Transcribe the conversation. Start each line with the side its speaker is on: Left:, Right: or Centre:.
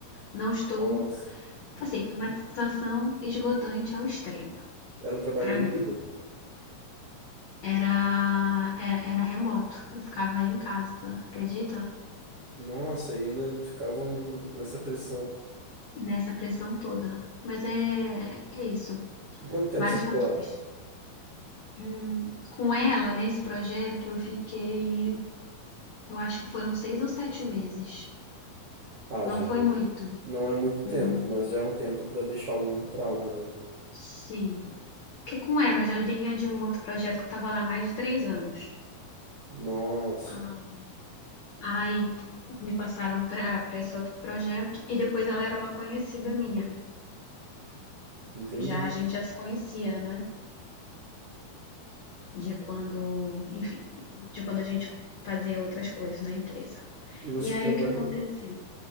Left: Não estou.
Right: Nossa.
Left: Assim, foi uma situação esgotante ao extremo
Right: Era um trabalho
Left: para
Right: híbrido?
Left: mim. Era, era, era remoto. Eu ficava em casa, acredita?
Right: Nossa, e ainda ficavam nessa pressão.
Left: Nessa pressão toda. Mas é, é isso.
Right: E quanto tempo
Left: Vários
Right: você ficou
Left: fatores.
Right: lá?
Left: Hum, com ela, nesse projeto, eu fiquei, eu acho que foram seis ou sete meses.
Right: Ah,
Left: Não
Right: já.
Left: foi muito.
Right: Não é muito tempo,
Left: Uhum.
Right: mas já é um tempo pra deixar algum trauma, né?
Left: Sim. Porque com ela, eu já vinha de um outro projeto que eu estava lá há mais de três anos.
Right: Nossa,
Left: Ah, Aí me passaram para para esse outro projeto e depois ela era uma conhecida minha.
Right: entendi.
Left: Já a gente já se conhecia, né? De quando, enfim, de quando a gente fazia outras coisas na empresa.
Right: E você
Left: E aí
Right: trabalhou.
Left: o que aconteceu?